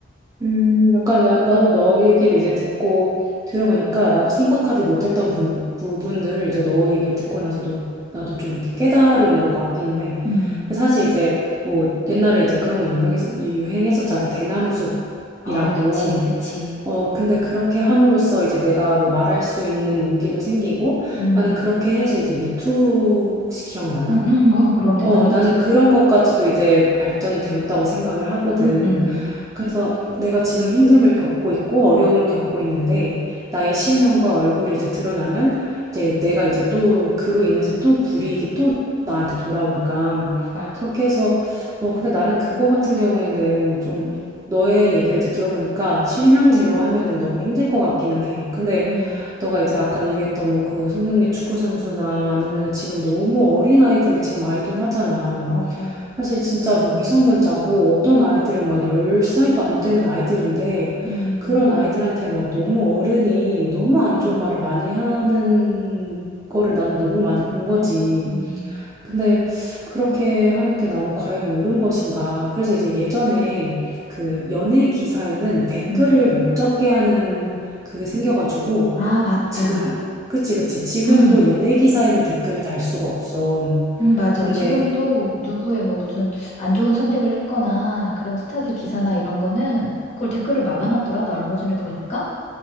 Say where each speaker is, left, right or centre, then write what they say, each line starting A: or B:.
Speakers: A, on the right; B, on the left.
A: 음, 약간 나, 나도 너 얘기를 이제 듣고 들어보니까 나도 생각하지 못했던 분, 부분들을 이제 너 얘기를 듣고 나서도 나도 좀 이렇게 깨달은 것 같기는 해.
B: 음.
A: 근데 사실 이제 뭐 옛날에 이제 그런 거 유명했, 유행했었잖아. 대나무숲이라고.
B: 어, 그치, 그치.
A: 어, 근데 그렇게 함으로써 이제 내가 뭐 말할 수 있는 용기도 생기고
B: 음.
A: 나는 그렇게 해서 이제 미투 혹시 기억나나?
B: 음, 음, 어, 그럼 대단했지.
A: 어, 나는 그런 것까지도 이제 발전이 되었다고 생각을 하거든.
B: 음, 음.
A: 그래서 내가 지금 힘듦을 겪고 있고 어려움을 겪고 있는데 나의 실명과 얼굴이 이제 드러나면 이제 내가 이제 또 그로 인해서 또 불이익이 또 나한테 돌아오니까
B: 맞아.
A: 그렇게 해서 어, 근데 나는 그거 같은 경우에는 좀 너의 얘기를 이제 들어보니까 실명대로 하면은 너무 힘들 것 같기는 해. 근데
B: 음,
A: 너가 이제 아까 얘기했던 뭐 그 손흥민 축구 선수나 아니면은 지금 너무 어린 아이들을 지금 아이돌 하잖아.
B: 맞아.
A: 사실 진짜 뭐 미성년자고 어떤 아이들은 막 10살도 안 되는 아이들인데
B: 음,
A: 그런 아이들한테 막 너무 어른이 너무 안 좋은 말을 많이 하는 거를 나는 너무 많이 본 거지.
B: 음,
A: 근데 그렇게 하는 게 나는 과연 옳은 것인가? 그래서 이제 예전에 그 연예 기사에는 댓글을
B: 음.
A: 못 적게 하는 그게 생겨가지고
B: 아, 맞다.
A: 지금 그치 그치 지금도
B: 음.
A: 연예 기사에는 댓글을 달 수가 없어.
B: 음, 맞아.
A: 근데
B: 지금도 누구의 뭐 무슨 안 좋은 선택을 했거나 그런 스타들 기사나 이런 거는 그걸 댓글을 막아놨더라. 나 얼마 전에 보니까.